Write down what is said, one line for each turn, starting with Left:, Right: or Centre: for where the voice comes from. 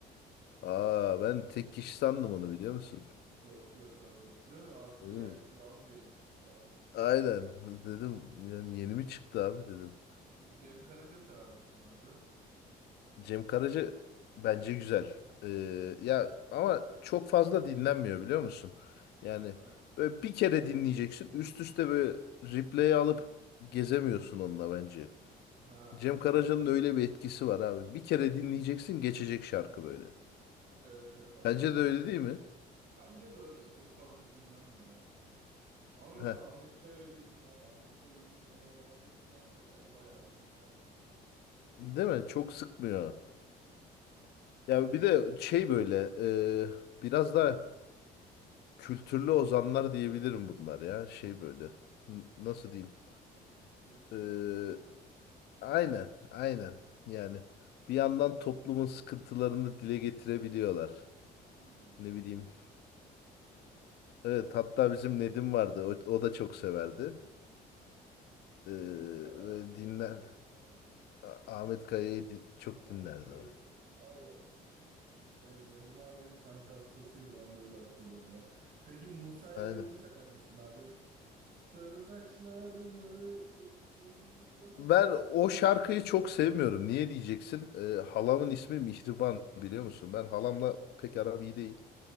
Left: Aa ben tek kişi sandım onu biliyor musun?
Right: Yok yok abi. Değil mi? Aslında
Left: Dedim
Right: yaşlı bir amcaymış falan.
Left: aynen <laughs> dedim yani yeni mi çıktı abi dedim.
Right: Ya, Cem Karaca sever misin abi?
Left: Cem Karaca bence güzel. Ee, ya ama çok fazla dinlenmiyor biliyor musun? Yani
Right: Ha,
Left: böyle bir kere dinleyeceksin üst üste böyle replay'i alıp gezemiyorsun onunla bence.
Right: ha,
Left: Cem Karaca'nın
Right: evet öyle.
Left: öyle bir etkisi var abi. Bir kere dinleyeceksin geçecek şarkı böyle.
Right: Evet evet abi
Left: Bence
Right: öyle
Left: de öyle
Right: bir.
Left: değil mi?
Right: Bence de öyle. Çok fazla dinlenmiyor yani. Ama mesela
Left: Heh,
Right: Ahmet Kaya öyle değil abi. Ahmet Kaya'yı dinlemeye başladıktan sonra bayağı bir dinlersin yani.
Left: değil mi? Çok sıkmıyor.
Right: Hmm,
Left: Ya bir
Right: Pek
Left: de şey böyle e, biraz da kültürlü ozanlar diyebilirim bunlar ya. Şey böyle n- nasıl diyeyim?
Right: elit
Left: E,
Right: ozanlar.
Left: aynen aynen yani bir yandan toplumun sıkıntılarını dile getirebiliyorlar.
Right: Hmm.
Left: Ne bileyim. Evet hatta bizim Nedim vardı o, o da çok severdi. E,
Right: Neyi severdi?
Left: böyle
Right: Cem
Left: dinler.
Right: Karaca'yı mı severdi?
Left: A- Ahmet Kaya'yı di- çok
Right: Ahmet
Left: dinlerdi
Right: Kaya'yı.
Left: o.
Right: Allah. Evet, Nedim abi sanki hastasıydı ben de öyle hatırlıyorum ya. Peki Musa
Left: Aynen.
Right: Eroğlu sever misin abi? Sarı saçlarını gö deli gönlüme
Left: Ben o şarkıyı çok sevmiyorum. Niye diyeceksin? Ee, halamın ismi Mihriban biliyor musun? Ben halamla pek aram iyi değil.